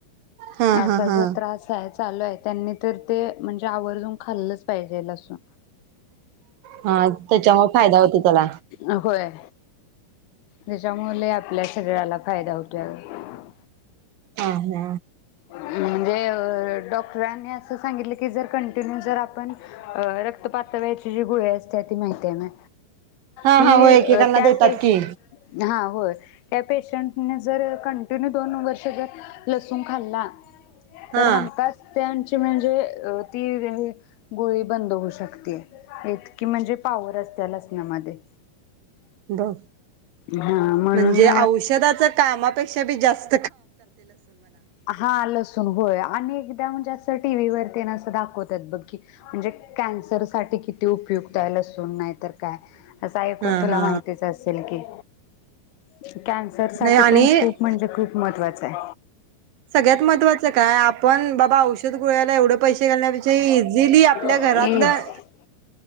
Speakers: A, on the right; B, on the left.
A: हा
B: असा
A: हा हा
B: जो त्रास हाय चालू हाय. त्यांनी तर ते म्हणजे आवर्जून खाल्लच पाहिजेल असं
A: हा त्याच्यामुळे फायदा होतो त्याला
B: अ होय. हेज्यामुले आपल्या शरीराला फायदा होतोय अगं
A: अ हा.
B: म्हणजे अअ डॉक सरांनी असं सांगितलं की जर कंटिन्यू जर आपण अं रक्त पातळ व्हायची जी गोळी असत्या ती माहिती हाय ना.
A: हा
B: ती
A: हा होय
B: अं
A: एकेकांना
B: त्या
A: देतात
B: पेश
A: की
B: हा होय त्या पे शांतुन जर कंटिन्यू जर दोन वर्ष जर लसू खाल्ला
A: हा
B: तर हमखास त्यांच ते म्हणजे अं ती गोळी बंद होऊ शकते इतकी म्हणजे पावर असतीया लसणामध्ये
A: डॉक
B: हा म्हणून
A: म्हणजे औषधाचं कामा तशा बी जास
B: हां, लसूण होय आणि एग त्या म्हणजे असं टी व्ही वरती ना असं दाखवतात बघ की, म्हणजे कॅन्सर साठी किती उपयुक्त आहे लसूण नाय तर काय असं ऐकून
A: हा
B: तुला
A: हा
B: माहितीच असेल की <inaudible> कॅन्सरसाठी
A: नाही आणि
B: पण खूप म्हणजे खूप महत्वा काय?
A: सगळ्यात महत्वाचं काय? आपण बाबा औष डोळ्याला एवढ पैसे घालण्यापेक्षा इझिली आपल्या
B: आहे.
A: घरातलं
B: एज